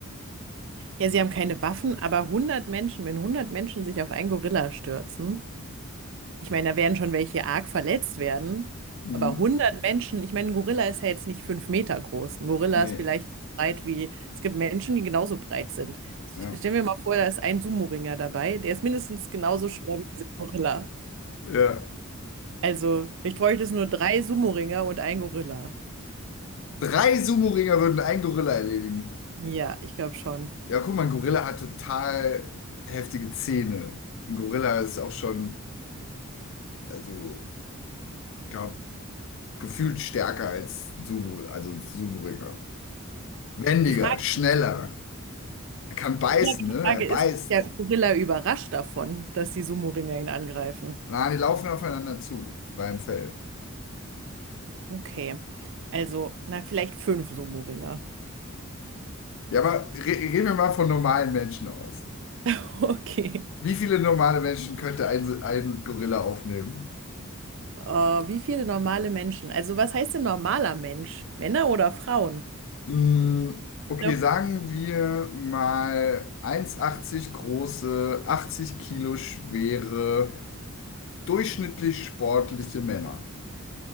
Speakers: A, on the right (about 60°); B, on the left (about 60°).
A: Ja, sie haben keine Waffen, aber hundert Menschen, wenn hundert Menschen sich auf einen Gorilla stürzen, Ich meine, da werden schon welche arg verletzt werden,
B: Mhm.
A: aber 100 Menschen, ich meine, ein Gorilla ist ja jetzt nicht fünf Meter groß. Ein Gorilla
B: Nee,
A: ist vielleicht so breit wie, es gibt Menschen, die genauso breit sind.
B: ja.
A: Stellen wir mal vor, da ist ein Sumo-Ringer dabei, der ist mindestens genauso schwer wie dieser Gorilla.
B: Ja.
A: Also, ich bräuchte es nur drei Sumo-Ringer und ein Gorilla.
B: Drei Sumo-Ringer würden einen Gorilla erledigen.
A: Ja, ich glaube schon.
B: Ja, guck mal, ein Gorilla hat total heftige Zähne. Ein Gorilla ist auch schon, also, glaub, gefühlt stärker als Subu, also ein Suburiger. Wendiger,
A: Die Frage,
B: schneller. Er kann beißen,
A: ja, die
B: ne?
A: Frage
B: Er beißt.
A: ist, ist der Gorilla überrascht davon, dass die Sumo-Ringer ihn angreifen?
B: Na, die laufen aufeinander zu, auf freiem Feld.
A: Okay, also, na, vielleicht fünf Sumo-Ringer.
B: Ja, aber re reden wir mal von normalen Menschen aus.
A: <laughs> Okay.
B: Wie viele normale Menschen könnte ein, ein Gorilla aufnehmen?
A: Äh, wie viele normale Menschen? Also, was heißt denn normaler Mensch? Männer oder Frauen?
B: Mm, Okay,
A: Ja.
B: sagen wir mal 1,80 große, 80 Kilo schwere, durchschnittlich sportliche Männer.